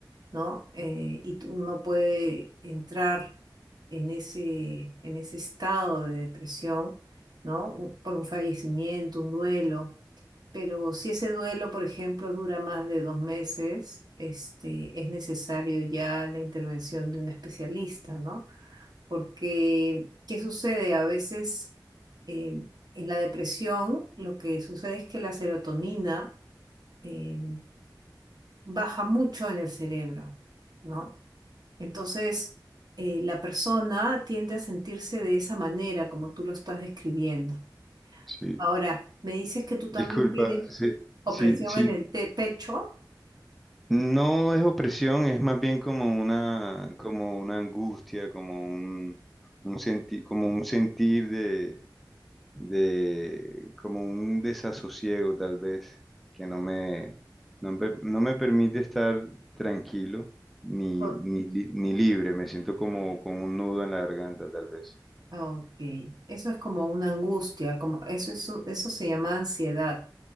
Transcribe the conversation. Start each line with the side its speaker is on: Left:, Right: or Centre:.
Right: ¿no? Eh, y tú- uno puede entrar en ese, en ese estado de depresión, ¿no? Un- Por un fallecimiento, un duelo. Pero si ese duelo, por ejemplo, dura más de dos meses, este, es necesario ya la intervención de un especialista, ¿no? porque ¿qué sucede? A veces eh, en la depresión lo que sucede es que la serotonina eh, baja mucho en el cerebro, ¿no? Entonces, eh, la persona tiende a sentirse de esa manera, como tú lo estás describiendo.
Centre: Sí,
Right: Ahora, me dices que tú también
Centre: disculpa,
Right: tienes
Centre: sí,
Right: opresión
Centre: sí, sí,
Right: en el te- pecho.
Centre: No es opresión, es más bien como una, como una angustia, como un, un senti- como un sentir de, de, como un desasosiego tal vez, que no me, no, me no me permite estar tranquilo ni,
Right: Por-
Centre: ni, li- ni libre, me siento como con un nudo en la garganta tal vez.
Right: Ok, eso es como una angustia, como eso, es un- eso se llama ansiedad.